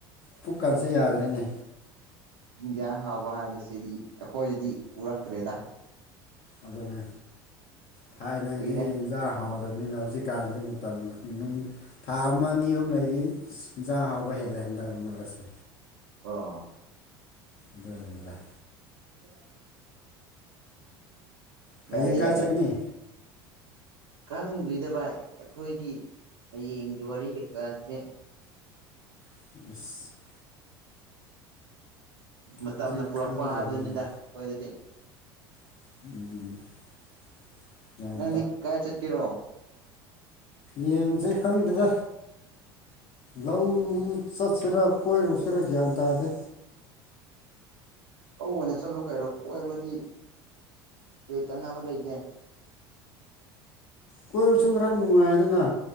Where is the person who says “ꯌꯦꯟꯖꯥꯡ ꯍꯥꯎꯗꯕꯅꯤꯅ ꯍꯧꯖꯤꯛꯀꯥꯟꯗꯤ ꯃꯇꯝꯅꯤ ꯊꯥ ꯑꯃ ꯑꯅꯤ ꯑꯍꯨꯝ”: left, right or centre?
Left